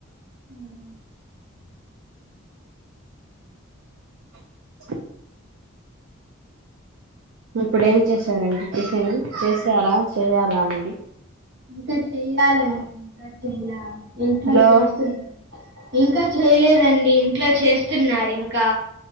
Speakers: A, on the right (about 60°); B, on the right (about 75°).
A: <unintelligible>
B: <inaudible> ఇప్పుడు ఏం చేశారండి టిఫిన్ చేసారా చేయాలా అండి
A: ఇంకా చెయ్యాలండి ఇంకా చెయ్యా ఇంట్లో
B: హలో
A: చేస్తున్నారు ఇంకా చేయలేదండి ఇంట్ల చేస్తున్నారు ఇంకా